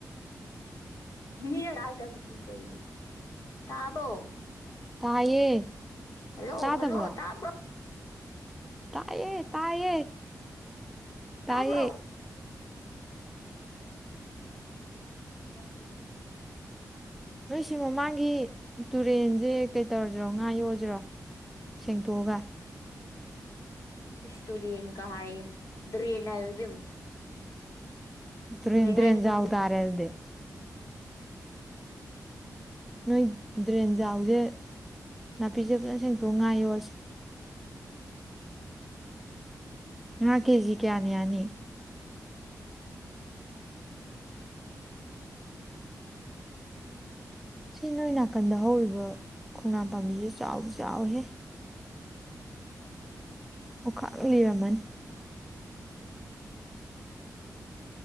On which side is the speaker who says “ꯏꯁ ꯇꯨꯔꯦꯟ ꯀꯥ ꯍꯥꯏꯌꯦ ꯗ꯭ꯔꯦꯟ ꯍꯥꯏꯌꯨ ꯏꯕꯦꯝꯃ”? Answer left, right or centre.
Left